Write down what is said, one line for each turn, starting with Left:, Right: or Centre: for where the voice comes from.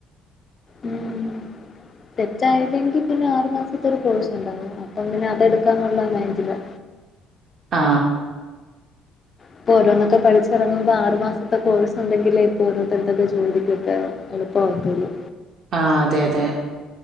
Left: ഇം സെറ്റായില്ലെങ്കിൽ പിന്നെ ആറു മാസത്തൊരു കോഴ്സ്‌ ഉണ്ട് അപ്പൊ പിന്നെ അതെടുക്കാന്നുള്ള മൈന്റിലാ
Right: ആ
Left: ഇപ്പൊ ഓരോന്നൊക്കെ പഠിച്ചിറങ്ങുമ്പോ ആറു മാസത്തെ കോഴ്സ് ഉണ്ടെങ്കിലേ ഇപ്പൊ ഓരോരുത്തരുത്തൊക്കെ ജോലിക്കൊക്കെ എളുപ്പമാവത്തൊള്ളൂ
Right: ആ അതെ അതെ